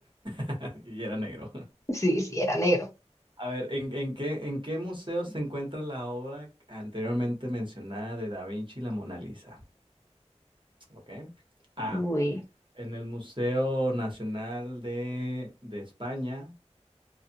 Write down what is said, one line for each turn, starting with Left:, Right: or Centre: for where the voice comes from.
Right: <laughs> y era negro.
Left: Sí, sí, era negro.
Right: A ver, ¿en, en qué, en qué museo se encuentra la obra anteriormente mencionada de Da Vinci y la Mona Lisa? ¿Ok? A.
Left: Uy.
Right: En el Museo Nacional de, de España.